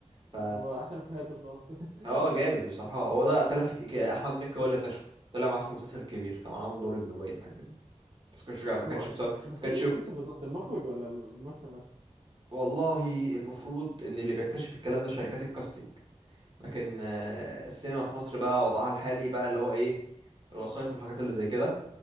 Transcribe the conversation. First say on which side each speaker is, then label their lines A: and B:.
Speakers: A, on the right; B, on the right.
A: ف
B: هو عشان افهاته بصراحه <laughs>
A: اه جامد بصراحة هو ده طلع في ك- ك- احمد مكي هو اللي اكتشفه طلع معاه في المسلسل الكبير كمان عامل دور ابنه باين حاجة كده بس كانش ما كانش
B: هو
A: بصراحة ما
B: بس
A: كانش
B: مين اللي اكتشف بالظبط المخرج ولا الممثل نفسه
A: والله المفروض ان اللي بيكتشف الكلام ده شركات الكاستنج لكن آه، السينما في مصر بقى وضعها الحالي بقى اللي هو ايه الوسايط والحاجات اللي زي كده